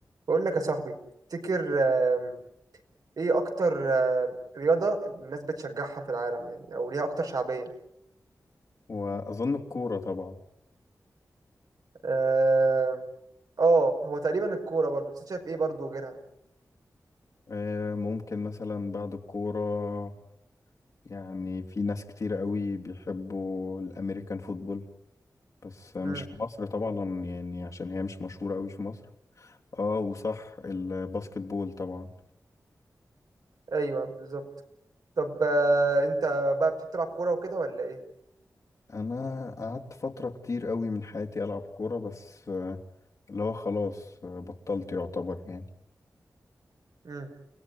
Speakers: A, on the right (about 75°); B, on the left (about 55°).
A: بقول لك يا صاحبي تفتكر آم، ايه اكتر آم، رياضة الناس بتشجعها في العالم يعني او ليها اكتر شعبية
B: وأظن الكورة طبعا
A: اه آه، هو تقريبا الكورة برضو بس أنت شايف ايه برضو غيرها
B: آه، ممكن مثلا بعد الكورة يعني في ناس كتير قوي بيحبوا الأمريكان فوتبول بس مش
A: امم
B: في مصر طبعا يعني عشان هي مش مشهورة قوي في مصر اه وصح الباسكت بول طبعا
A: ايوه بالظبط طب آه، انت بقى بتحب تلعب كورة وكده ولا ايه
B: أنا قعدت فترة كتير قوي من حياتي ألعب كورة بس آه، اللي هو خلاص آه، بطلت يعتبر يعني
A: امم